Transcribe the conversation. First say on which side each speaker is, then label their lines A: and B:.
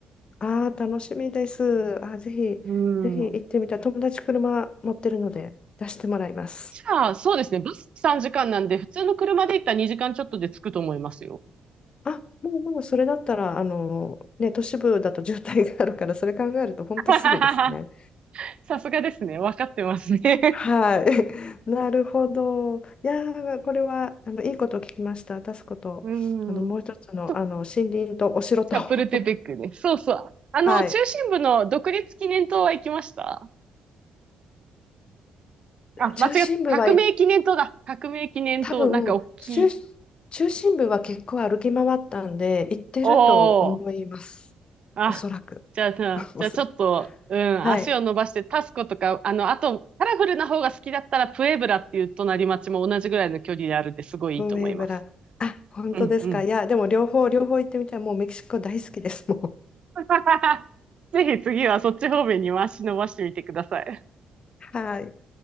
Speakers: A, on the left; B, on the right.
A: ああ、楽しみです。あー、ぜひ、
B: うん。
A: ぜひ行ってみたい。友達車持ってるので出してもらいます。
B: じゃあ、そうですね。バス3時間なんで、普通の車で行ったら2時間ちょっとで着くと思いますよ。
A: あ、もうもうそれだったら、あの、ね、都市部だと渋滞があるから、それ考えると本当すぐですね。
B: <laughs> さすがですね。わかってますね。
A: はい。<laughs> なるほど。いやー、これは、あの、いいことを聞きました。タスコと。
B: <laughs> うん。
A: あの、もう一つの、
B: と、
A: あの、森林とお城と。
B: チャプルテペックね。
A: <laughs>
B: そうそう。あの、
A: はい。
B: 中心部の独立記念塔は行きましたあ、間違った。
A: 中心部は行っ
B: 革命記念塔だ。革命記念塔。
A: 多分中、
B: なんか大きい。
A: 中心部は結構歩き回ったんで行ってると思います。
B: おー。あ、
A: おそらく。
B: じゃあ、じゃあじゃあちょっと、
A: <laughs> おそらく。
B: うん、
A: はい。
B: 足を伸ばして、タスコとか、あの、あと、カラフルな方が好きだったら、プエブラっていう隣町も同じぐらいの距離であるんで、すごいいいと思います。
A: ブエブラ。あ、本当ですか。
B: うん、うん。
A: いや、でも両方、両方行ってみたい。もうメキシコ大好きです。もう。
B: <laughs> ぜひ次はそっち方面にも足伸ばしてみてください。
A: はい。